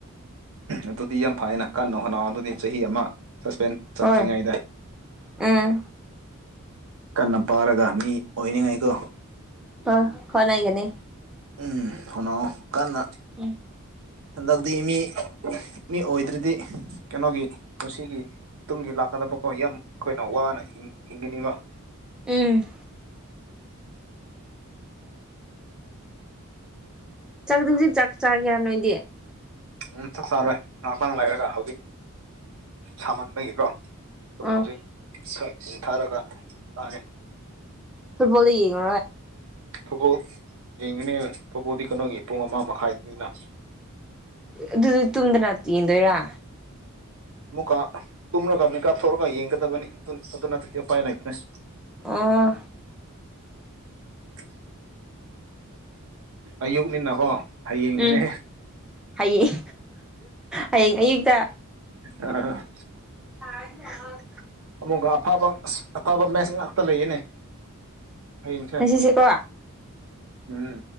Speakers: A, on the right; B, in the centre.
A: ꯑꯗꯨꯗꯤ ꯌꯥꯝ ꯐꯥꯏꯅ ꯀꯥꯟꯅꯣ ꯍꯅ ꯑꯗꯨꯗꯤ ꯆꯍꯤ ꯑꯃ ꯁꯁꯄꯦꯟꯁ ꯆꯠꯠꯇ꯭ꯔꯤꯉꯩꯗ
B: ꯍꯣꯏ ꯎꯝ
A: ꯀꯟꯅ ꯄꯥꯔꯒ ꯃꯤ ꯑꯣꯏꯅꯤꯡꯉꯥꯏꯀꯣ
B: ꯑ ꯀꯅꯒꯅꯤ
A: ꯎꯝ ꯍꯅꯥꯑꯣ ꯀꯟꯅ
B: ꯎꯝ
A: ꯍꯟꯗꯛꯇꯤ ꯃꯤ ꯃꯤ ꯑꯣꯏꯗ꯭ꯗꯤ ꯀꯩꯅꯣꯒꯤ ꯄꯨꯟꯁꯤꯒꯤ ꯇꯨꯡꯒꯤ ꯂꯥꯛꯀꯗꯕꯀꯣ ꯌꯥꯝ ꯑꯩꯈꯣꯏꯅ ꯋꯥꯅ ꯍꯤꯡꯒꯅꯤꯕ
B: ꯎꯝ ꯆꯥꯛꯖꯤꯛ ꯆꯥꯛ ꯆꯥ ꯀꯦꯌꯥ ꯅꯣꯏꯗꯤ
A: ꯎꯝ ꯆꯥꯛ ꯆꯥꯔꯣꯏ ꯃꯔꯄꯥꯡ ꯂꯩꯔꯒ ꯍꯧꯖꯤꯛ ꯁꯥꯃꯟꯕꯒꯤꯀꯣ ꯑꯗꯨꯝ
B: ꯑꯥ
A: ꯍꯧꯖꯤꯛ ꯍꯤꯡꯊꯔꯒ ꯇꯥꯡꯉꯦ
B: ꯐꯨꯠꯄꯣꯜꯗ ꯌꯦꯒ
A: ꯐꯕꯣ ꯌꯦꯡꯉꯤꯅꯦ ꯐꯣꯕꯣꯗꯤ ꯀꯩꯅꯣꯒꯤ ꯄꯨꯡ ꯑꯃ ꯃꯈꯥꯏꯅꯤꯅ
B: ꯑꯗꯨ ꯇꯗꯅꯠꯇ ꯌꯦꯗ
A: ꯃꯨꯀꯥ ꯀꯨꯝꯂꯒ ꯃꯤꯀꯥꯞ ꯊꯣꯛꯔꯒ ꯌꯦꯡꯒꯗꯕꯅꯤ ꯑꯗꯨ ꯑꯗꯨ ꯅꯠꯇꯗꯤ ꯎꯄꯥꯏ ꯂꯩꯇ꯭ꯔꯦ
B: ꯑꯣ
A: <unintelligible> ꯑꯌꯨꯛꯅꯤꯅꯀꯣ ꯍꯌꯦꯡꯅꯤꯅꯦ
B: ꯎꯝ ꯍꯌꯦꯡ ꯍꯌꯦꯡ ꯑꯌꯨꯛꯇ
A: ꯑ
B: ꯍ
A: ꯑꯃꯨꯛꯒ ꯑꯐꯕ ꯑꯐꯕ ꯃꯦꯁ ꯉꯥꯛꯇ ꯂꯩꯌꯦꯅꯦ ꯍꯌꯦꯡꯁꯦ
B: ꯉꯁꯤꯁꯦꯀꯣ
A: ꯎꯝ